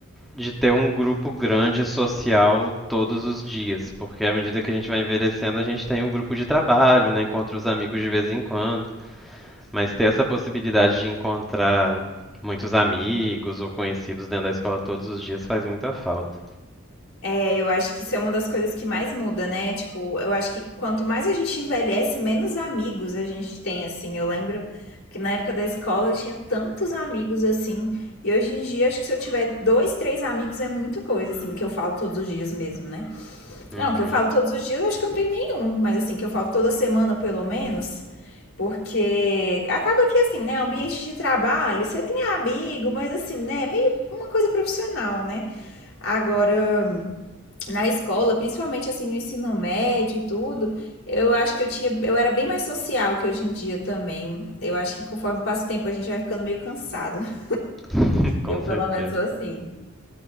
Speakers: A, in the centre; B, on the left.
A: de ter um grupo grande social todos os dias, porque à medida que a gente vai envelhecendo, a gente tem o grupo de trabalho, né, encontra os amigos de vez em quando, mas ter essa possibilidade de encontrar muitos amigos ou conhecidos dentro da escola todos os dias faz muita falta.
B: É, eu acho que isso é uma das coisas que mais muda, né? Tipo, eu acho que quanto mais a gente envelhece, menos amigos a gente tem, assim. Eu lembro que na época da escola eu tinha tantos amigos, assim. E hoje em dia, acho que se eu tiver dois, três amigos é muita coisa, assim, que eu falo todos os dias mesmo, né?
A: Uhum.
B: Não, que eu falo todos os dias, eu acho que eu não tenho nenhum, mas assim, que eu falo toda semana pelo menos, porque acaba que assim, né, ambiente de trabalho, você tem amigo, mas assim, né, é meio uma coisa profissional, né? Agora, na escola, principalmente assim no ensino médio e tudo, eu acho que eu tinha, eu era bem mais social que hoje em dia também. Eu acho que conforme passa o tempo a gente vai ficando meio cansado. <laughs>
A: <laughs> Com
B: Eu
A: certeza.
B: pelo menos sou assim.